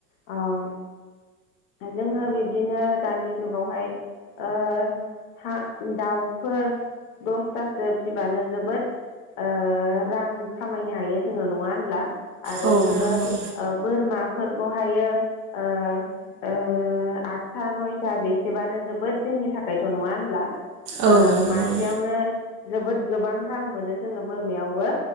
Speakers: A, on the left; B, on the right.
A: ओ। जोङो बिब्दिनो दानि जुगावहाय ओ। हा दाउफोर दसथासो फिबानो जोबोद। ओ रां खामायनो हायो जोङो नङा होनब्ला। आरो
B: औ
A: जोङो
B: नंगौ
A: ओ बोरमाफोरखौहायो ओ ओ। आदथा नयथा बेसेबानो जोबोद जोंनि थाखायथ' नङा होनब्ला
B: औ
A: ओ
B: नंगौ
A: मासेयावनो जोबोद गोबां रां मोनो जोङो बोरमायावबो